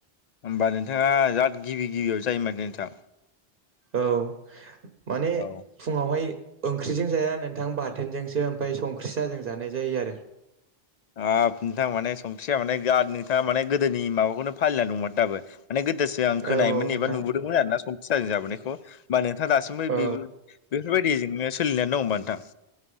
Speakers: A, on the left; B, on the right.
A: होमबा नोंथाङा जाद गिबि गिबियाव जायो माने नोंथां।
B: औ माने
A: औ
B: फुङावहाय। ओंख्रिजों जाया नोंथां बाथोनजोंसो ओमफ्राय संख्रि साहाजों जानाय जायो आरो।
A: हाब नोंथा माने संख्रिया जाद माने नोंथाङा माने गोदोनि माबाखौनो फालिना दंमोन दाबो। माने गोदोसो आ खोनायोन
B: औ औ नोंथां
A: एबा नुबोदोंमोन आरोना संखिज जाबोनायखौ। ओमबा नोंथाङा दासिमबो
B: औ
A: बेफोर-बेफोरबायदिजोंनो सोलिनो दङो ओमबा नोंथां।